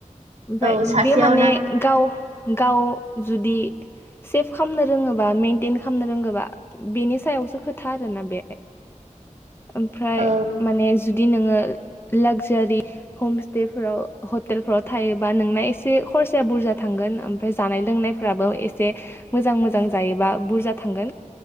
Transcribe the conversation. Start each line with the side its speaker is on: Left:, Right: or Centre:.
Left: ओमफ्राय
Right: औ सासेयावना
Left: बे माने गाव गाव जुदि सेफ खामनो रोङोबा मेइेनटेन खामनो रोंगोबा बेनि सायावसो खोथा आरोना बे। ओमफ्राय
Right: औ
Left: माने जुदि नोङो लाक्जारि हम बेफोराव हटेलफोर थायोबा नोंना एसे खरसाया बुरजा थांगोन ओमफ्राय जानाय लोंनायफ्राबो एसे मोजां मोजां जायोबा बुरजा थांगोन।